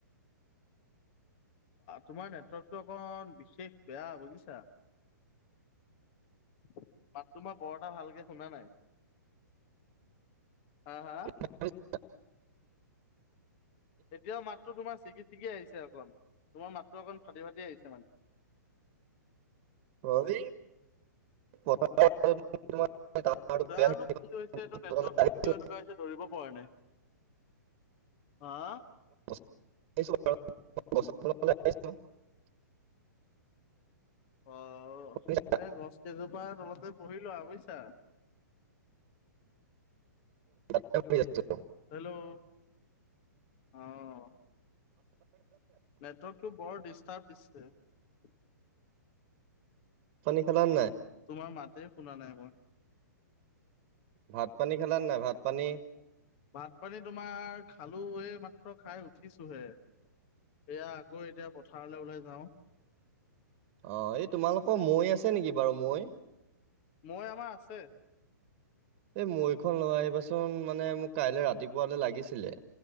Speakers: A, on the left; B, on the right.
A: তোমাৰ নেটৱৰ্কতটো অকণ বিশেষ বেয়া বুজিছা। <inaudible> মাত তোমাৰ বৰটা ভালকে শুনা নাই। হা-হা
B: <unintelligible>
A: এতিয়াও মাত্ৰ তোমাৰ ছিকি চিকি আহিছে, অকণ তোমাৰ মাত্ৰ অকণ ফাটি - ফাটি আহিছে মানে
B: <unintelligible> চাগে
A: জানো কি হৈছে? এইটো নেটৱৰ্কটো
B: বতললৈ আহিছো
A: কিয় এনেকুৱা হৈছে দৌৰিব পৰা নাই। হা
B: <unintelligible>
A: অ',
B: শুনিছা?
A: এ, গছ কেইজোপা তলতে পুহি লোৱা বুজিছা। <inaudible>
B: সতময়ছো
A: হেল্ল', অহ, নেটৱৰ্কটো বৰ ডিষ্টাৰ্ব দিছে।
B: পানী খেলাৰ নাই?
A: তোমাৰ মাতে শুনা নাই মই।
B: ভাত পানী খালাে নাই ভাত পানী?
A: ভাত পানী তোমাৰ খালো এই মাত্ৰ খাই উঠিছোহেট। এয়া আকৌ এতিয়া পথাৰলৈ ওলাই যাও।
B: অ, এই তোমালোকৰ মৈ আছে নেকি বাৰু মৈ?
A: মৈ আমাৰ আছে।
B: এই মৈখন লৈ আহিবাচোন মানে মোক কাইলৈ ৰাতিপুৱালৈ লাগিছিলে। অ,